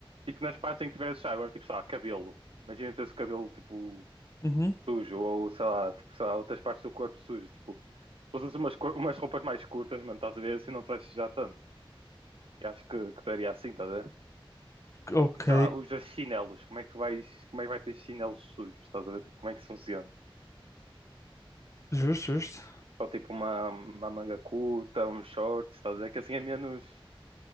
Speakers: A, on the right; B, on the left.
A: tipo, nas partes em que tiver a sujar, agora tipo, sei lá, cabelo. Imagina teres o cabelo, tipo,
B: Uhum.
A: sujo, ou sei lá, tipo, sei lá, outras partes do corpo sujas, tipo, usas umas, cor- umas roupas mais curtas, mano, estás a ver, assim não te vais sujar tanto. E acho que, que daria assim, estás a ver?
B: Ok.
A: E, sei lá, usas chinelos, como é que tu vais, como é que vai ter chinelos sujos, estás a ver? Tipo, como é que isso funciona?
B: Justo, justo.
A: Ou tipo uma, uma manga curta, uns shorts, estás a ver? Que assim é menos